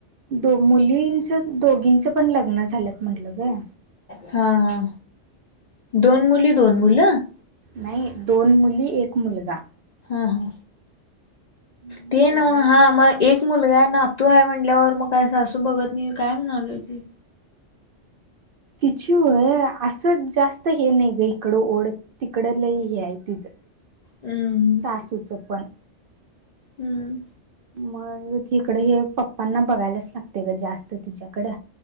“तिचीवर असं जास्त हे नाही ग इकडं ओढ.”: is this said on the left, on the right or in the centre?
Right